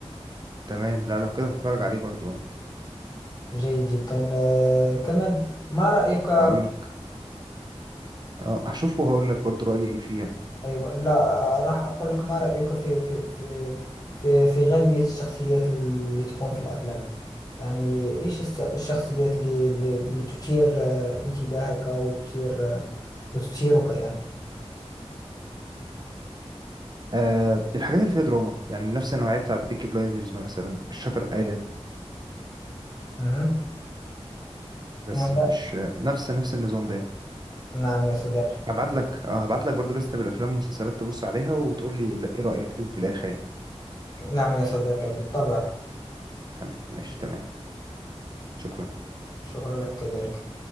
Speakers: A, on the right (about 40°); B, on the left (about 35°).
A: تمام لا لو كده هتفرج عليه برضو
B: جيد جدا آه، كمان ما رأيك
A: هقول لك اه هشوفه وهقول لك برضو رأيي ايه فيها
B: أيوة لا راح أقول لك ما رأيك في في في في, في غالبية الشخصيات اللي تكون في الأفلام يعني إيش الس- الشخصيات اللي, اللي اللي تثير آه، انتباهك وتثير آه، وتثيرك يعني
A: آه الحاجات اللي فيها دراما يعني نفس النوعية بتاعت بيكي بلايندرز مثلا شاتر ايلاند
B: مهم.
A: بس
B: وماذا-
A: مفيش آه، نفس نفس النظام ده
B: نعم يا صديقي
A: هبعت لك اه هبعت لك برضو لستة بالافلام والمسلسلات تبص عليها وتقول لي لا- ايه رأيك فيهم في الاخر يعني
B: نعم يا صديقي بالطبع
A: حبيبي ماشي تمام شكرا
B: شكرا لك كذلك